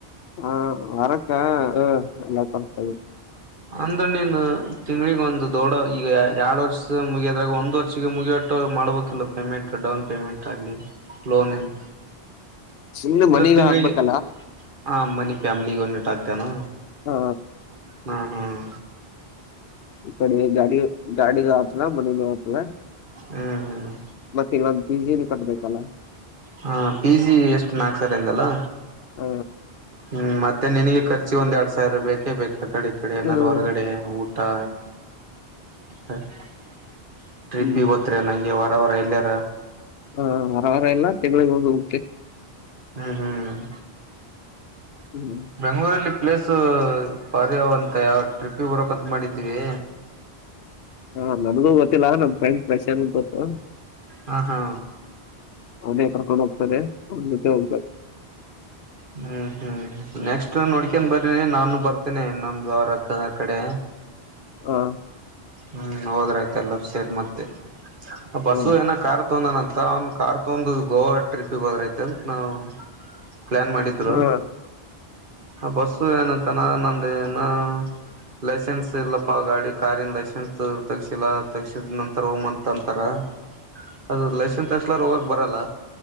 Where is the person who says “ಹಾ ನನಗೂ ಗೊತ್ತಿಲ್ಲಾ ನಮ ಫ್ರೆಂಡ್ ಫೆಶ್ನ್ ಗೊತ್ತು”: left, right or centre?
Left